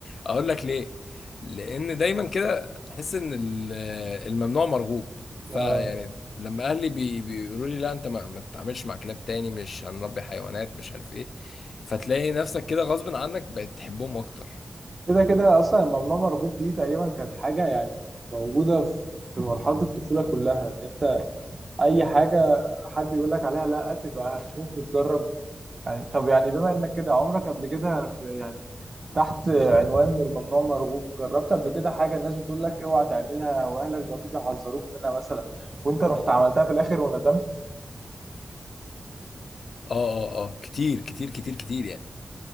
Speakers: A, on the left; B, on the right.
A: اقول لك ليه لان دايما كده تحس ان ال- الممنوع مرغوب فيعني
B: اه
A: لما اهلي بي بيقولوا لي لا انت ما, ما تتعاملش مع كلاب تاني مش هنربي حيوانات مش عارف ايه فتلاقي نفسك كده غصب عنك بقيت تحبهم اكتر
B: كده كده اصلا ممنوع مرغوب دي تقريبا كانت حاجه يعني موجوده في مرحله الطفوله كلها ان انت اي حاجه حد بيقول لك عليها لا تبقى هتموت وتجرب يعني طب يعني بما انك كده عمرك قبل كده يعني تحت عنوان من ممنوع مرغوب جربت قبل كده حاجه الناس بتقول لك اوعى تعملها او اهلك بيقعدوا يحذروك منها مثلا وانت رحت عملتها في الاخر وندمت
A: اه اه اه كتير كتير كتير كتير يعني